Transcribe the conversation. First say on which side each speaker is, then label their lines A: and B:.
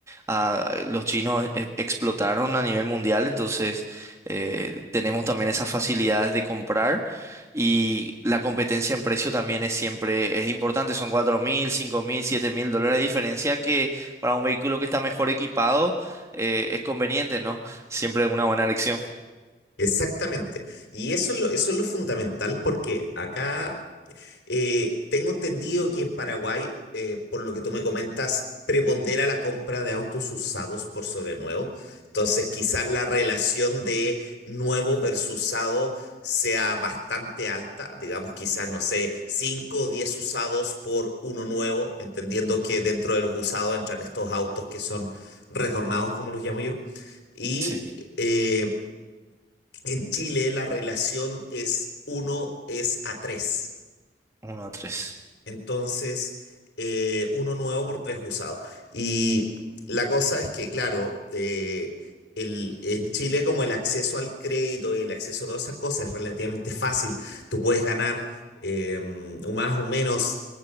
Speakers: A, on the right; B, on the left.
A: ah, los chinos e- e-, explotaron a nivel mundial, entonces eh, tenemos también esas facilidades de comprar y la competencia en precio también es siempre es importante. Son cuatro mil, cinco mil, siete mil dólares de diferencia que para un vehículo que está mejor equipado eh, es conveniente, ¿no? Siempre una buena elección.
B: Exactamente. Y eso es lo, eso es lo fundamental porque acá eh, tengo entendido que en Paraguay, eh, por lo que tú me comentas, prepondera la compra de autos usados por sobre nuevo. Entonces, quizás la relación de nuevo versus usado sea bastante alta. Digamos, quizás, no sé, 5 o 10 usados por uno nuevo, entendiendo que
A: Ujú,
B: dentro de los usados entran estos autos que son retornados, como los llamo yo. Y...
A: Sí,
B: eh, en Chile la relación es uno es a tres,
A: uno a tres
B: Entonces, eh, uno nuevo por tres usados. Y la cosa es que, claro, eh, el- en Chile como el acceso al crédito y el acceso a todas esas cosas es relativamente fácil.
A: ujú.
B: Tú puedes ganar eh, o más o menos